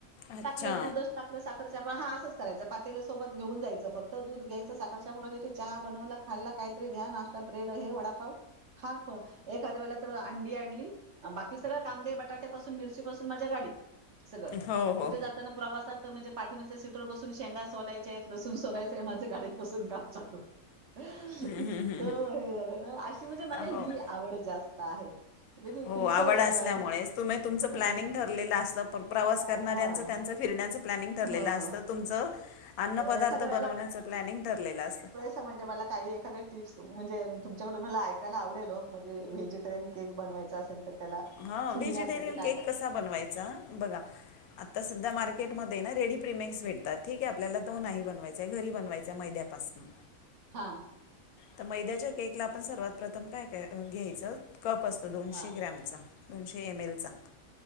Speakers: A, on the left; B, on the right.
A: अच्छा
B: टाकलं दुधच, टाकलं सा खरच्या पा हा असं करायच पातेल सोबत घेऊन जायचं, फक्त दूध घ्यायच, साखर च्यापुड घ्या चहा बनवला खाल्ला काहीतरी घ्या नाश्ता ब्रेड हे वडापाव खा प एखाद्या वेळेला तर अंडी आणली, बाकी सगळं कांदे बटाट्यापासून मिरची पासून माझ्या गाडीत सगळं,
A: हो हो
B: कुठे जाताना? प्रवासात तर म्हणजे पाठीमागच्या सीटरवर बसून शेंगा सोलायच्या आहेत, लसूून सोलायचंय माझ्या गाडीत बसून काम चालू. इतकं
A: हम्म, हम्म, हम्म,
B: हे झालं ना, अशी म्हणजे
A: हम्म.
B: मला ही
A: हो
B: आवड जास्त आहे म्हणजे तु-
A: हो
B: तुमचं
A: आवड
B: अ,
A: असल्यामुळेच तुम्ही तुमचं
B: हं.
A: प्लॅनिंग ठरलेलं असत प्रवास करणाऱ्यांचं
B: हां,
A: त्यांच फिरण्याच प्लॅनिंग ठरलेलं
B: हं.
A: असतं तुमच अन्न पदार्थ
B: एखाद्या
A: बनवण्याच प्लॅनिंग ठरलेलं असत
B: णे मला काही एा्या टिप्स म्हणजे तुमच्याकडून मला ऐकायला आवडेल व्हेजिटेरियन केक बनवायचां असेल तर त्याला
A: हा
B: फुलण्यासाठी
A: व्हेजिटेरियन
B: काय
A: केक
B: टाक
A: कस बनवायचा बगा आता सध्या मार्केटमध्ये ना रेडी प्रीमीक्स भेटतात ठीकय आपल्याला तो नाही बनवायचा आहे घरी बनवायचा आहे मैद्यापासनं
B: हा
A: तर मैद्याच्या केकला आपण सर्वात प्रथम काय काय घ्यायचं कप असतो दोनशे
B: हां,
A: ग्रॅमचा दोनशे ईमेलचा